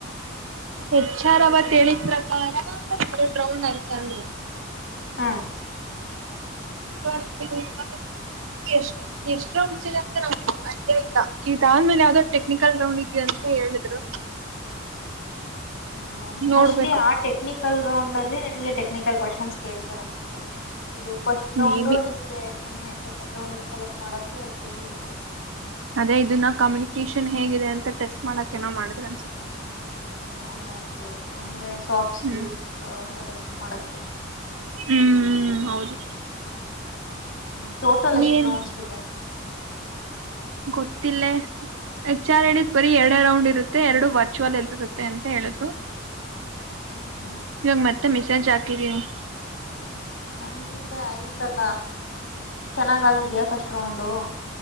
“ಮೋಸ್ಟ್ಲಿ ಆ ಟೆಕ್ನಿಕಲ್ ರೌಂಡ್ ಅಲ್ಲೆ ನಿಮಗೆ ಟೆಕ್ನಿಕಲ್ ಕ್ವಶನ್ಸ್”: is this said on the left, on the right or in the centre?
Left